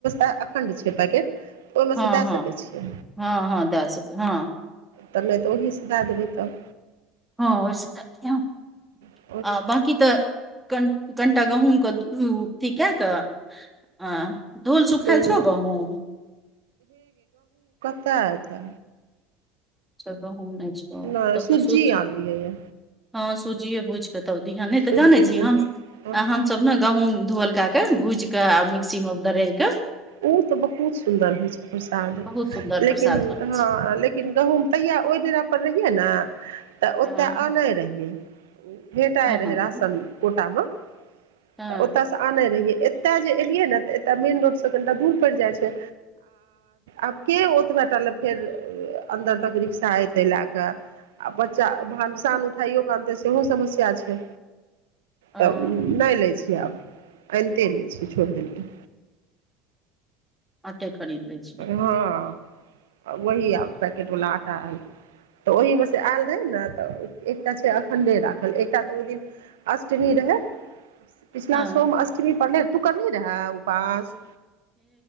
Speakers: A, on the right (about 80°); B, in the centre.
A: अखणड पैकेट ओहिमे
B: हँ
A: सँ दए
B: हँ
A: सकै छियै
B: हँ हँ दशक हँ
A: तऽै तऽ ओहीसँ दए देबै तब
B: हँ ओहिसँ दए दिहँ
A: ह
B: आ बकी तऽ क कनिटा गहुंमके अथी कए कऽ आ धूल सुखाय
A: हूँ
B: छ गहुंम
A: तछा
B: ज नहि छ
A: नहि
B: तब
A: सुज्जी
B: तऽ स
A: आनलियै ये
B: हँ सूजी बुझ कतौ धान नहि
A: सुज्जी
B: तऽ जानै छीिय
A: भुज
B: हम
A: ओ
B: हमस ने गहुूँम धोअलक के भूजि के आ मिक्सी मे दरिर के
A: ओ तऽ बहुत सुन्दर होइ छै प्रसाद
B: बहुत सुन्दर
A: लेकिन
B: प्रसाद बनै
A: हॅं
B: छै
A: लेकिन गहुंम तहिया ओहि डेरा पर रहियै ने तऽ ओतय
B: हँ
A: आन रहियै भेटाइ
B: हँ
A: रहय
B: हँ
A: राशन कोटामे
B: हँ
A: तऽ ओतयसँ आने रहियै एतय जे एलियै ने तऽ ए मेन रोड तखन तऽ दुर पर जाय छै अब के ओतबे आटा ले फेर अंदर तक सा हइ ताहि लए कऽ आ बच्चा भ साँान उठाइयओ कऽ आनतै सेहो समस्या छै
B: हँ
A: तब नहि लै छियै आब आनिते नहि छियै छोड़ि देलियै
B: आटे खरीद लै छी
A: हँ वही आब पैकेटवला आटा आल तऽ ओहीमे सँ आयल रहै ने तऽ एकटा छै अखणडे राखल एकटा तऽ ओहि दिन अष्टमी रहै ब पिछला
B: हँ
A: सोम अष्टमी पढ़ने तू कर नी रह उपास